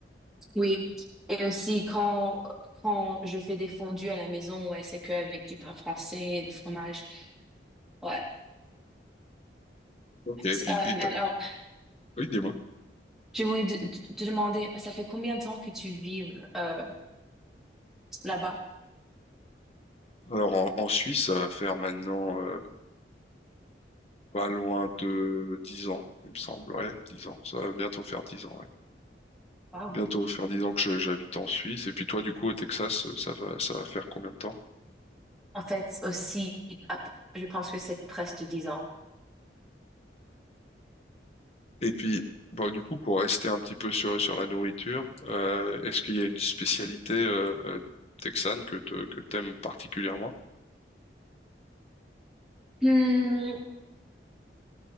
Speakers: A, in the centre; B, on the left (about 35°).
A: Oui. Et aussi, quand, quand je fais des fondues à la maison, ouais, c'est que avec du pain français, du fromage. Ouais.
B: Ok. Et
A: C'est-
B: puis
A: euh,
B: et t'as-
A: alors,
B: oui, dis-moi.
A: je voulais te, te- te demander, ça fait combien de temps que tu vis euh, là-bas?
B: Alors en, en Suisse, ça va faire maintenant euh, pas loin de 10 ans, il me semble. Ouais, 10 ans. Ça va bientôt faire 10 ans. Ouais.
A: Wow.
B: Bientôt faire 10 ans que je- j'habite en Suisse. Et puis toi, du coup, au Texas, ça va ça va faire combien de temps?
A: En fait, aussi, à je pense que c'est presque dix ans.
B: Et puis, bon, du coup, pour rester un petit peu sur, sur la nourriture, euh, est-ce qu'il y a une spécialité euh, euh, texane que te, que t'aimes particulièrement?
A: Hmm,